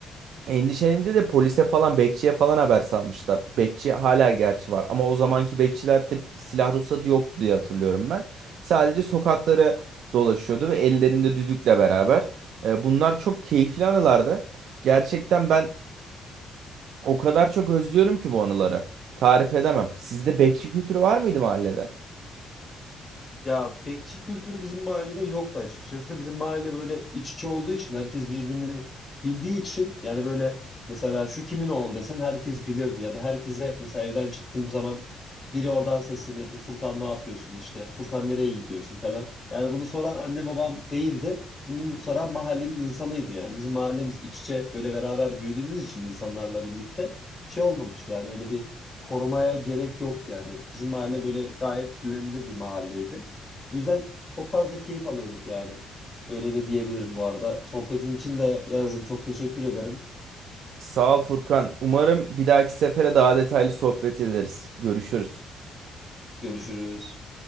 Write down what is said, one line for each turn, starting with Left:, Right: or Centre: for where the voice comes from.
Right: Endişelenince de polise falan bekçiye falan haber salmışlar. Bekçi hala gerçi var ama o zamanki bekçilerde silah ruhsatı yoktu diye hatırlıyorum ben. Sadece sokakları dolaşıyordu ve ellerinde düdükle beraber. E, bunlar çok keyifli anılardı. Gerçekten ben o kadar çok özlüyorum ki bu anıları. Tarif edemem. Sizde bekçi kültürü var mıydı mahallede?
Left: Ya bekçi kültürü bizim mahallede yoktu açıkçası. Bizim mahalle böyle iç içe olduğu için herkes birbirini bildiği için yani böyle mesela şu kimin oğlu desen herkes bilirdi ya da herkese mesela evden çıktığım zaman biri oradan seslenirdi. Furkan ne yapıyorsun işte Furkan nereye gidiyorsun falan. Yani bunu soran anne babam değildi. Bunu soran mahallenin insanıydı yani. Bizim mahallemiz iç içe böyle beraber büyüdüğümüz için insanlarla birlikte şey olmamıştı yani öyle bir korumaya gerek yoktu yani. Bizim mahalle böyle gayet güvenilir bir mahalleydi. Bu yüzden çok fazla keyif alıyorduk yani. Öyle de diyebilirim bu arada. Sohbetin için de Yağız'ım çok teşekkür ederim.
Right: Sağ ol Furkan. Umarım bir dahaki sefere daha detaylı sohbet ederiz. Görüşürüz.
Left: Görüşürüz.